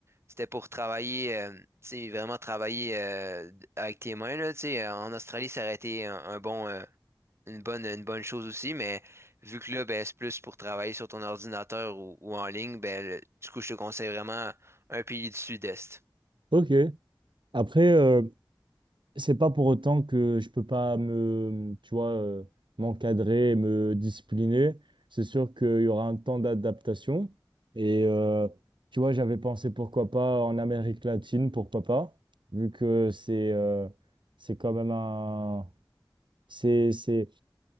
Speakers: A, on the right; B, on the right.
A: c'était pour travailler, euh, tu sais, vraiment travailler euh, avec tes mains, là, tu sais, euh, en Australie, ça aurait été un, un bon, euh, une bonne, une bonne chose aussi, mais vu que là, ben, c'est plus pour travailler sur ton ordinateur ou, ou en ligne, ben, le- du coup, je te conseille vraiment un pays du Sud-Est.
B: Ok. Après, euh, c'est pas pour autant que je peux pas me, tu vois, euh, m'encadrer, et me discipliner. C'est sûr qu'il y aura un temps d'adaptation. Et euh, tu vois, j'avais pensé pourquoi pas en Amérique latine, pourquoi pas, vu que c'est euh, c'est quand même un, c'est c'est